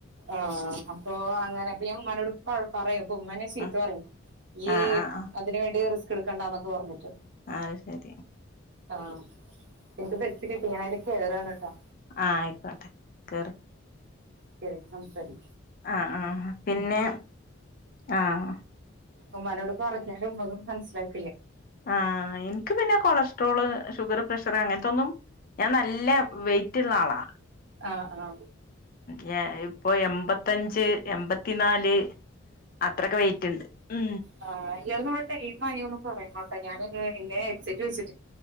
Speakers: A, on the right; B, on the left.
A: ആഹ അപ്പൊ അങ്ങനെ ഇപ്പിയും മ്മാനോട് പറ് പറയും പ്പൊ ഉമ്മാനെ സീത്ത
B: ഉം
A: പറയും ഈ
B: ആഹ് ആഹ്
A: അതിന് വേണ്ടി റിസ്ക് എടുക്കണ്ടാന്നൊക്കെ പറഞ്ഞിട്ട്
B: ആഹ ത് ശരി
A: ആഹ എനിക്ക് ബസ് കിട്ടി ഞായില് കെറാണ് കേട്ട്വ
B: ആഹ ആയിക്കോട്ടെ കേറ്
A: കേറിസം സെരി
B: ആഹ ആഹ പിന്നെ ആഹ
A: ഉമ്മാനോട് പറഞ്ഞാലും ഉമ്മതും മനസ്സിലാക്ക
B: ആ എനക്ക് പിന്നെ കൊളസ്ട്രോള് ഷുഗർ പ്രഷർ അങ്ങനത്തൊന്നും ഞാൻ നല്ല വെയിറ്റള്ള ആളാ
A: ആഹ ആഹ
B: ഞായ് ഇപ്പൊ എമ്പത്തഞ്ച് എൺമ്പത്തിനാല് അത്രൊക്കെ വെയിറ്റ് ഇണ്ട് ഉ
A: ആ എവ്ട്ന്ന്വൊട്ടെ എയിം ആയോന്ന് പറയന്നോട്ടെ ഞാന് കേ എന്റെ എക് സെക്കു സ്